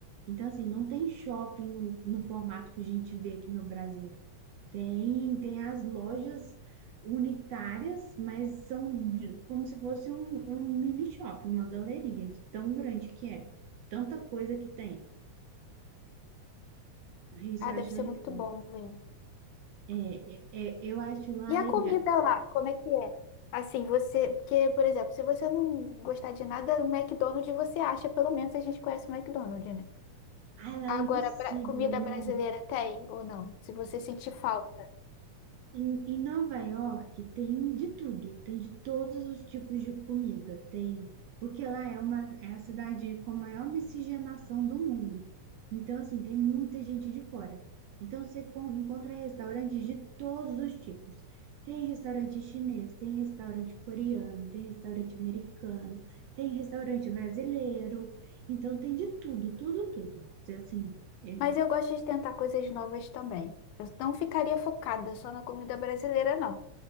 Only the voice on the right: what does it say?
Então, assim, não tem shopping no, no formato que a gente vê aqui no Brasil. Tem, tem as lojas unitárias, mas são de- como se fosse um, um mini shopping, uma galeria de tão grande que é. Tanta coisa que tem. Isso
eu
acho
legal.
É, é, é, eu acho lá
legal.
Ah, lá
é impossível,
não.
Em, em Nova York tem de tudo, tem de todos os tipos de comida, tem, porque lá é uma é a cidade com a maior miscigenação do mundo. Então, assim, tem muita gente de fora. Então, você con- encontra restaurantes de todos os tipos. Tem restaurante chinês, tem restaurante coreano, tem restaurante americano, tem restaurante brasileiro. Então, tem de tudo, tudo, tudo. Então, Assim, é,